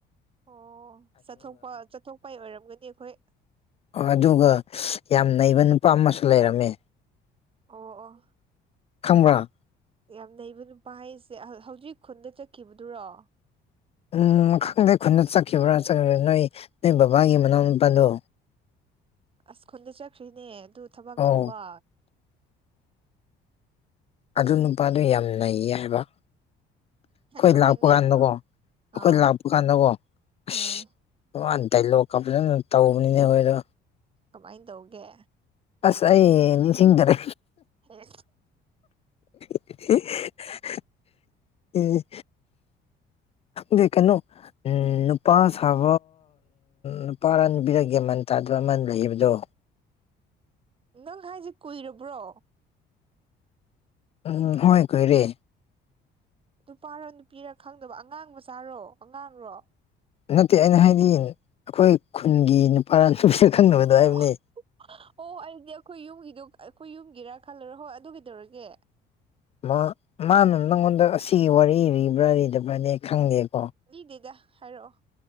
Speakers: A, on the right; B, on the left.
A: ꯑꯣ ꯆꯠꯊꯣꯛꯄ ꯆꯠꯊꯣꯛꯄꯒꯤ ꯑꯣꯏꯔꯝꯒꯅꯤ ꯑꯩꯈꯣꯏ꯫
B: ꯑꯗꯨꯒ ꯌꯥꯝ ꯅꯩꯕ ꯅꯨꯄꯥ ꯑꯃꯁꯨ ꯂꯩꯔꯝꯃꯦ꯫
A: ꯑꯣ ꯑꯣ꯫
B: ꯈꯪꯕ꯭ꯔꫭ꯫
A: ꯌꯥꯝ ꯅꯩꯕ ꯅꯨꯄꯥ ꯍꯥꯏꯁꯦ ꯍꯧꯖꯤꯛ ꯈꯨꯟꯗ ꯆꯠꯈꯤꯕꯗꯨꯔꯣ꯫
B: ꯎꯝ ꯈꯪꯗꯦ ꯈꯨꯟꯗ ꯆꯠꯈꯤꯕ꯭ꯔꯥ꯭ꯔ ꯅꯣꯏ ꯅꯣꯏ ꯕꯕꯥꯒꯤ ꯃꯅꯥꯎ ꯅꯨꯄꯥꯗꯣ
A: ꯑꯁ ꯈꯨꯟꯗ ꯆꯠꯈ꯭ꯔꯤꯅꯦ ꯑꯗꯨ ꯊꯕꯛ
B: ꯑꯧ
A: ꯇꯧꯕ
B: ꯑꯗꯨ ꯅꯨꯄꯥꯗꯣ ꯌꯥꯝ ꯅꯩ ꯍꯥꯏꯕ ꯑꯩꯈꯣꯏ
A: ꯀꯃꯥꯏꯅ
B: ꯂꯥꯛꯄ
A: ꯂꯩꯕ꯭ꯔꯣ
B: ꯀꯥꯟꯗꯀꯣ ꯑꯩꯈꯣꯏ
A: ꯑꯥ
B: ꯂꯥꯛꯄ ꯀꯥꯟꯗꯀꯣ ꯑꯁ
A: ꯑꯥ
B: ꯃ ꯗꯥꯏꯂꯣꯛꯀ ꯐꯖꯅ ꯇꯧꯕꯅꯤꯅꯦ ꯃꯈꯣꯏꯗꯣ
A: ꯀꯃꯥꯏꯅ ꯇꯧꯒꯦ
B: ꯑꯁ ꯑꯩ ꯅꯤꯡꯁꯤꯡꯗꯔꯦ
A: ꯍꯦ
B: <unintelligible> ꯎꯝ ꯗꯤ ꯀꯩꯅꯣ ꯎꯝ ꯅꯨꯄꯥ ꯁꯥꯕ ꯅꯨꯄꯥꯔ ꯅꯨꯄꯤꯔ ꯒꯤꯌꯟ ꯃꯦꯟ ꯇꯥꯗꯕ ꯑꯃ ꯂꯩꯕꯗꯣ
A: ꯅꯪ ꯍꯥꯏꯁꯦ ꯀꯨꯏꯔꯕ꯭ꯔꯣ
B: ꯎꯝ ꯍꯣꯏ ꯀꯣꯏꯔꯦ
A: ꯅꯨꯄꯥꯔ ꯅꯨꯄꯤꯔ ꯈꯪꯗꯕ ꯑꯉꯥꯡ ꯃꯆꯥꯔꯣ ꯑꯉꯥꯡꯔꯣ
B: ꯅꯠꯇꯦ ꯑꯩꯅ ꯍꯥꯏꯗꯤ ꯑꯩꯈꯣꯏ ꯈꯨꯟꯒꯤ ꯅꯨꯄꯥꯔ ꯅꯨꯄꯤꯔ ꯈꯪꯡꯗꯕꯗꯣ ꯍꯥꯏꯕꯅꯤ
A: ꯑꯣ ꯑꯣ ꯑꯩꯗꯤ ꯑꯩꯈꯣꯏ ꯌꯨꯝꯒꯤꯗꯣ ꯑꯩꯈꯣꯏ ꯌꯨꯝꯒꯤꯔꯥ ꯈꯜꯂꯨꯔ ꯍꯣꯏ ꯑꯗꯨ ꯀꯩꯗꯧꯔꯒꯦ
B: ꯃꯥ ꯃꯥꯅ ꯅꯪꯉꯣꯟꯗ ꯑꯁꯤꯒꯤ ꯋꯥꯔꯤꯔꯤꯕ꯭ꯔꯥ ꯔꯤꯗꯕ꯭ꯔꯥꯗꯤ ꯈꯪꯗꯦꯕ
A: ꯔꯤꯗꯦꯗ ꯍꯥꯏꯔꯛꯑꯣ